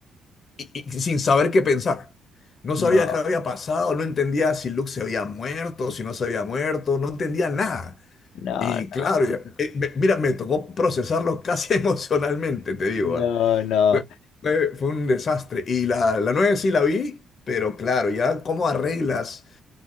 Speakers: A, on the left; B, on the left.
A: y- y sin saber qué pensar. No
B: no,
A: sabía qué había pasado, no entendía si Luke se había muerto, si no se había muerto, no entendía nada.
B: no,
A: Y
B: no,
A: claro, ya- eh, me- mira, me tocó procesarlo casi <laughs> emocionalmente, te digo.
B: no,
A: ah.
B: no,
A: Fue, fue- fue un desastre. Y la, la 9 sí la vi, pero claro, ya cómo arreglas